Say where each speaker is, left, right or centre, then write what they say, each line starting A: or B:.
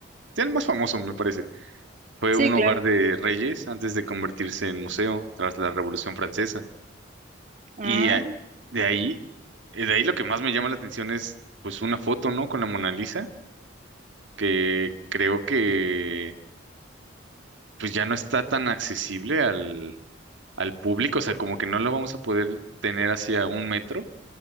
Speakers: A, on the right; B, on the right.
A: Sí, el más famoso, me parece. Fue
B: Sí,
A: un
B: claro.
A: hogar de reyes antes de convertirse en museo tras la Revolución Francesa.
B: Ah,
A: Y a- de ahí, eh, de ahí lo que más me llama la atención es pues una foto, ¿no? Con la Mona Lisa, que creo que pues ya no está tan accesible al, al público, o sea, como que no la vamos a poder tener hacia un metro